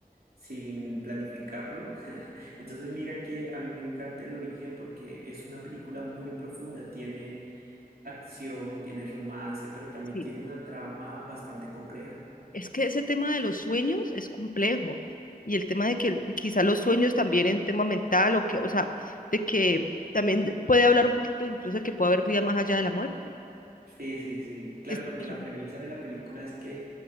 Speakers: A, on the right; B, on the left.
A: sin planificarlo. <laughs> Entonces mira que a mí me encanta El origen porque es una película muy profunda, tiene acción, tiene romance, pero también
B: sí,
A: tiene una trama bastante compleja.
B: Es que ese tema de los sueños es complejo y el tema de que el- quizá los sueños también es un tema mental o que, o sea, de que también de- puede hablar un poquito incluso de que puede haber vida más allá de la muerte.
A: Sí, sí, sí. Claro,
B: Esto,
A: porque
B: pues,
A: la
B: uno-
A: premisa de la película es que